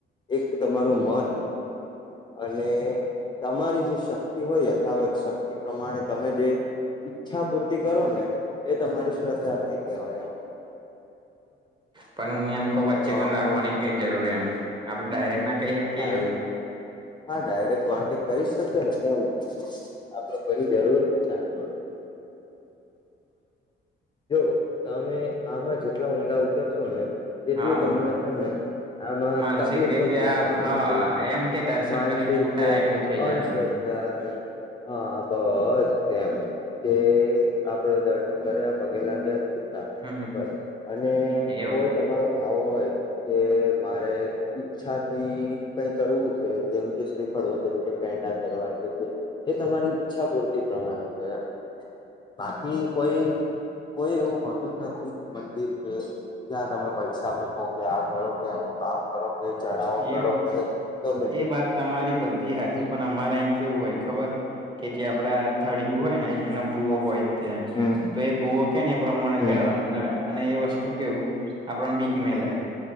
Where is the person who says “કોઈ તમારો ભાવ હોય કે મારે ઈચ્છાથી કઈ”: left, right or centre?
Left